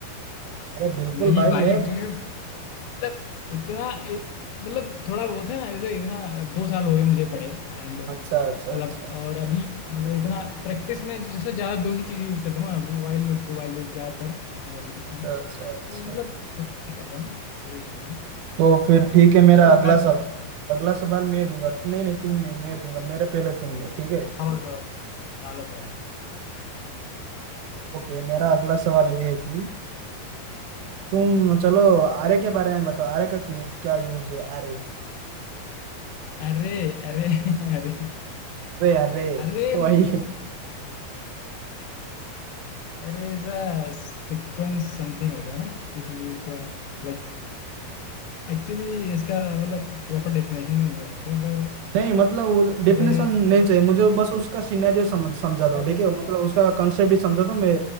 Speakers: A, on the right; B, on the left.
A: अरे बिल्कुल
B: नहीं
A: भाई
B: भाई
A: मैं
B: एक्चुअली मतलब इतना इत, मतलब थोड़ा बहुत है ना जैसे इतना अब दो साल हो गए मुझे पढ़े एंड
A: अच्छा अच्छा
B: मतलब
A: अच्छा
B: और अभी मतलब इतना प्रैक्टिस में जैसे ज़्यादा दो ही चीज़ें यूज़ करता हूँ ना, वो while loop do while loop ज़्यादातर लॉजिकल से,
A: अच्छा
B: तो
A: अच्छा
B: मतलब थोड़ा ठीक रहता है मैं कोई इशू नहीं
A: तो फिर
B: और
A: ठीक है मेरा
B: चलो
A: अगला
B: मैं
A: सवाल अगला सवाल मैं दूंगा नहीं नहीं तुम नहीं मैं दूंगा मेरा पहले सुन लो ठीक है
B: चलो चलो चलो चलो
A: ओके मेरा अगला सवाल ये है कि तुम
B: हम्म
A: चलो आरे के बारे में बताओ आरे का क्यों क्या यूज है आरे
B: अरे अरे <laughs> अरे
A: रे अरे
B: अरे
A: वही
B: मतलब अरे ऐसा सीक्वेंस समथिंग होता है ना किसी चीज का लाइक एक्चुअली इसका मतलब प्रॉपर डेफिनेशन नहीं बता सकता पर
A: नहीं मतलब डेफिनेशन
B: अरे
A: नहीं चाहिए मुझे बस उसका सिनेरियो समझ समझा दो
B: अरे
A: ठीक है मतलब उसका कंसेप्ट ही समझा दो मैं